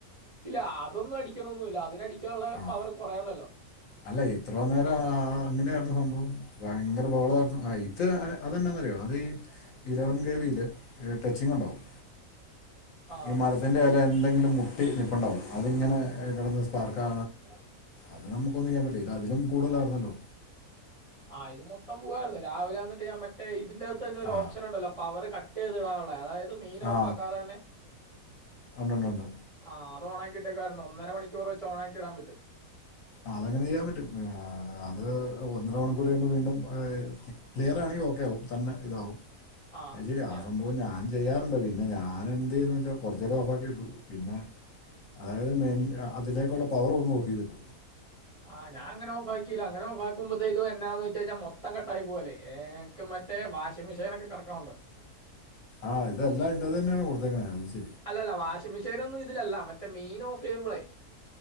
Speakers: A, on the right; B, on the left.
A: ഇല്ല അതൊന്നും അടിക്കണൊന്നുല്ല. അതിനടിക്കാള്ള
B: ആ
A: പവർ കൊറേള്ളല്ലോ.
B: അല്ല ഇത്രോ നേരൊ ആഅങ്ങെനാരുന്നു സംഭവം. ഭയ്ങ്കര ബഹളവാരുന്നു. ആ ഇത് അതന്ന ന്താന്നറിയോ ഓ അത് ഈ ഇലവൻ കെ വീല് ഏ ടച്ചിങ് ഒണ്ടാവും.
A: ആ
B: ഈ മര്ത്തിന്റെ എല എന്തെങ്കിലും മുട്ടി നിപ്പുണ്ടാവും. അതിങ്ങനെ എ കെടന്ന് സ്പാർക്കാ
A: <unintelligible>
B: അത് നമുക്ക് ഒന്നും ചെയ്യാൻ പറ്റില്ല ഇത് അതിലും കൂടുതലാരുന്നല്ലോ
A: ആഹ ഇത് മൊത്തം പോവായിരുന്നു രാവിലെ വന്നിട്ട് ഞാ മറ്റേ ഇതിന്റെറ അകത്ത് തന്നെ ഒരു
B: ആ
A: ഓപ്ഷൻ ഉണ്ടല്ലോ പവ കട്ട്യ്ത്ഇടാള്ളേ അതായത് മെയിൻ
B: ആ
A: ഓഫ് ആകാതെ തന്നെ
B: ഉണ്ട് ഉണ്ട് ഉണ്ട്
A: ആ ഓണാക്കിട്ടേക്കായിരുന്നു ഒന്നര മണിക്കൂ വെച്ച് ഓണാക്കിടാൻ പറ്റും
B: അങ്ങനെയ്യാൻ പറ്റും അത് ഒന്നര മണിക്കൂർ കഴിയുമ്പോ വീണ്ടും ക്ലിയർ ആണെങ്കിൽ ഓക്കെ ആകും തന്നെ ഇതാവും
A: ആ
B: അയിശേരി ആ
A: ഞാ-
B: സംഭവം ഞാൻ ചെയ്യാറുണ്ട് പിന്നെ ഞാൻ എന്ത്‌യ്യോന്ന്വെച്ചാ കൊറച്ചേരം ഓഫ്‌ ആക്കി ഇട്ടു പിന്നെ അതായത് മൈൻ അതിലേക്കുള്ള പവർ ഒന്ന് ഓഫ് ചെയ്തിടും
A: ആഹ ഞാ അങ്ങനെഓഫാക്കിലാ അങ്ങനെഓഫാക്കുമ്പോത്തേക്കും എന്നാന്ന് വെച്ച് കഴിഞ്ഞാ മൊത്തം കട്ടായി പോലല്ലേ ഏക്കും മറ്റേ വാഷിംഗ് മെഷീനോക്കെ കറക്കുണ്ട്
B: ആഹ് ഇതെല്ലാം നിന്റേത് തന്നെയാണ് കൊടുത്തേക്കണാ അയിശേരി
A: അല്ലല്ല വാഷിംഗ് മെഷീനൊന്നും ഇതിലല്ല മറ്റേ മെയിൻ ഓഫ് ചെയ്യുമ്പളേ